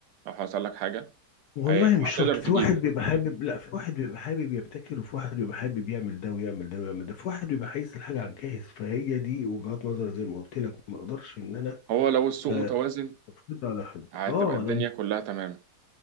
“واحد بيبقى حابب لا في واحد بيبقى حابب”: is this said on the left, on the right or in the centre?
Left